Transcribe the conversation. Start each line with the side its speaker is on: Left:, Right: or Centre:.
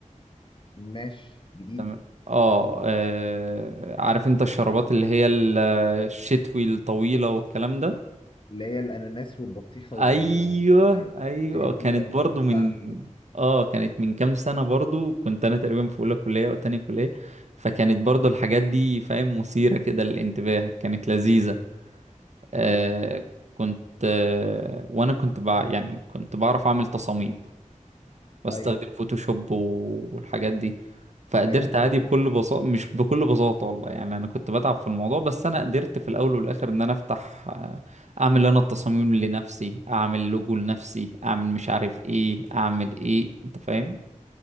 Left: ماشي جديد
Right: تمام اه آه، عارف انت الشربات اللي هي ال- الشتوي الطويلة والكلام ده
Left: اللي هي الاناناس والبطيخه وال
Right: ايوه
Left: ايوه
Right: ايوه
Left: الحاجات دي
Right: كانت
Left: ده
Right: برضو
Left: انا بحبها
Right: من
Left: عامه
Right: اه كانت من كام سنة برضو كنت انا تقريبا في اولى كلية او تانية كلية فكانت برضو الحاجات دي فاهم مثيرة كده للانتباه كانت لذيذة آه كنت آه وانا كنت بع... يعني كنت بعرف اعمل تصاميم بستخدم
Left: ايوه
Right: فوتوشوب و- والحاجات دي فقدرت
Left: ايوه ان شاء
Right: عادي
Left: الله
Right: بكل بساطة مش بكل بساطة والله يعني أنا كنت بتعب في الموضوع بس أنا قدرت في الأول والآخر إن أنا أفتح آه، أعمل أنا التصاميم لنفسي أعمل لوجو لنفسي أعمل مش عارف إيه أعمل إيه أنت فاهم